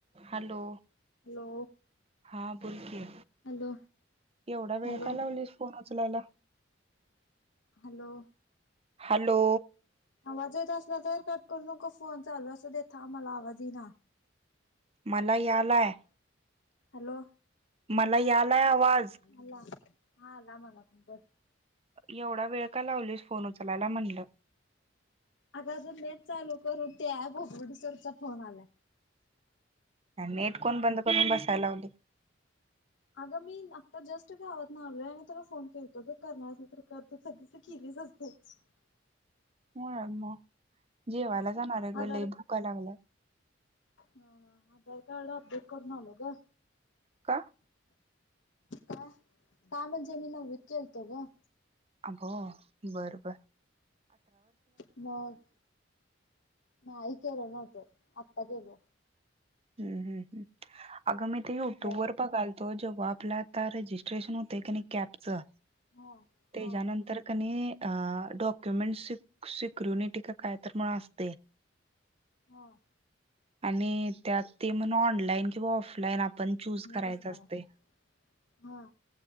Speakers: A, on the right; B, on the left.
A: Hello
B: hello
A: हा बोलकी
B: hello
A: एवढा
B: हॅलो
A: वेळ काय लावलीस फोन उचलायला
B: हॅलो
A: हॅलो.
B: आवाज येत असला तरं कट करू नको फोन चालू असूदे, थांब मला आवाज येईना.
A: मला यालायं.
B: हॅलो.
A: मला यालायं आवाजं.
B: आला हा आला मला पण बघं.
A: एवढा वेळ का लावलीसं फोन उचलायलां म्हणलं.
B: अगं अजून नेट चालू करून ते ॲप उघडोत्सोवर तुझा फोन आला.
A: नेट कोण बंद करून बसायं लावलंय.
B: अगं मी आता जस्ट गावातून आलोयं आणि तुला फोन केलतो गं करणारं असेलं तरं तोपर्यंत तु केलीस. <inaudible>
A: नाय मगं. जेवायला जाणारं आहे गं.
B: आधार
A: लई भूका लागल्यातं.
B: आधार कार्ड अपडेट करून आलो गं.
A: का
B: का? का म्हणजे मी नववीत केलतो गं.
A: हो, बरं बरं.
B: मग नाही केलं नव्हतं आत्ता केलं.
A: हम्म ह्म्म अगं मी ते युट्यूब
B: त्या
A: वर बघालतो जेव - आपला आत्ता रजिस्ट्रेशन होते की नाही कॅपचं.
B: हा
A: त्यानंतर
B: हा
A: की नायं. आ डॉक्युमेंट्स सिक्सिक्युरिनिटी का कायं तरं मग असते.
B: हां.
A: आणि त्यात ते म्हणं ऑनलाइन- किंवा ऑफलाईन आपण चूज
B: मी
A: करायचं
B: बसणार
A: असतंय.
B: आहे हा